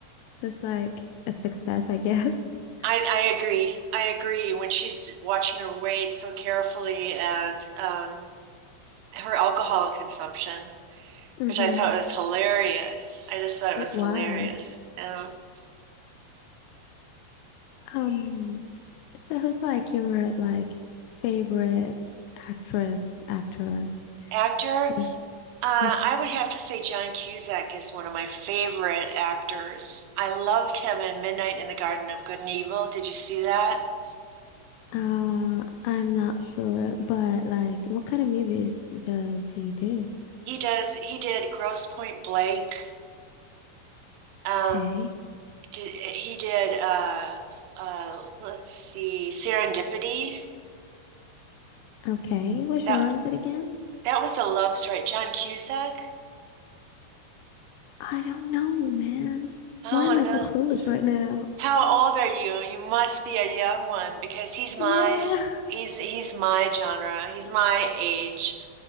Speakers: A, on the left (about 80°); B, on the right (about 85°).
A: So it's like a success, I guess. <laughs>
B: I, I agree. I agree. When she's watching her weight so carefully and um, her alcohol consumption,
A: Mm-hmm.
B: which I thought was hilarious. I just thought it
A: It
B: was
A: was.
B: hilarious. Um,
A: Um, So who's like your like favorite actress, actor?
B: actor,
A: Yeah.
B: uh,
A: Yep.
B: I would have to say John Cusack is one of my favorite actors. I loved him in Midnight in the Garden of Good and Evil. Did you see that?
A: Uh, I'm not sure, but like what kind of movies does he do?
B: He does. He did Gross Point Blank. Um,
A: Okay.
B: did, he did. Uh, uh, let's see, Serendipity.
A: Okay. What genre
B: That
A: is it again?
B: that was a love story. John Cusack?
A: I don't know, man.
B: Oh
A: Why am I
B: no.
A: so clueless right now?
B: How old are you? You must be a young one because he's my
A: Yeah. <laughs>
B: he's he's my genre. He's my age.